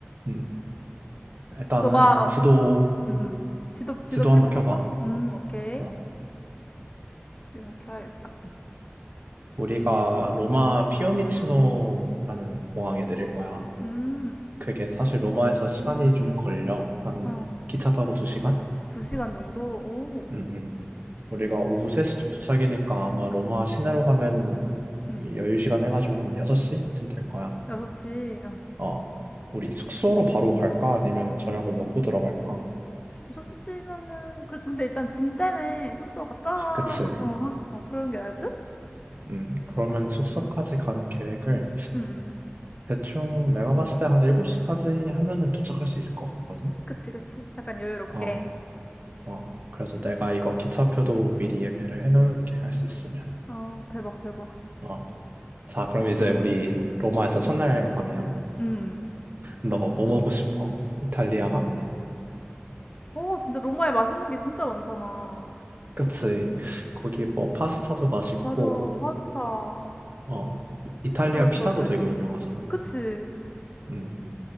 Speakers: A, on the right (about 50°); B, on the left (about 25°).
A: 음. 일단은
B: 너가,
A: 지도,
B: 음, 음. 지도, 지도
A: 지도
B: 펼쳐놓고?
A: 한번 켜봐.
B: 음, 오케이.
A: 어.
B: 지금 켜야겠다.
A: 우리가 로마 피오미치노라는 공항에 내릴 거야.
B: 음,
A: 그게 사실 로마에서 시간이 좀 걸려. 한
B: 어.
A: 기차 타고 두시간
B: 두 시간 정도? 오.
A: 음, 음. 우리가
B: 음,
A: 오후 3시쯤 도착이니까 아마 로마 시내로 가면은
B: 음.
A: 이 여유 시간 해가지고 한 6시쯤 될 거야.
B: 여섯 시. 어.
A: 어. 우리 숙소로 바로 갈까? 아니면 저녁을 먹고 들어갈까?
B: 여섯 시쯤이면은, 그, 근데 일단 짐 때문에 숙소 갔다
A: 그치.
B: 놓고, 어, 하- 어, 그런 게 나을 듯?
A: 음, 그러면 숙소까지 가는 계획을
B: 음, 음.
A: 대충 내가 봤을 때 한 7시까지 하면은 도착할 수 있을 것 같거든?
B: 그치, 그치. 약간 여유롭게.
A: 어, 어. 그래서
B: 음.
A: 내가 이거 기차표도 미리 예매를 해놓을게, 할 수 있으면.
B: 어, 대박, 대박.
A: 어. 자, 그럼 이제 우리 로마에서 첫날 밤이야.
B: 음.
A: 너 뭐 먹고 싶어? 이탈리아 가면.
B: 어, 진짜 로마에 맛있는 게 진짜 많잖아.
A: 그치. 거기 뭐 파스타도 맛있고,
B: 맞아, 파스타.
A: 어, 이탈리아
B: 진짜 맛있을
A: 피자도
B: 것 같아.
A: 되게 유명하잖아.
B: 그치?
A: 음,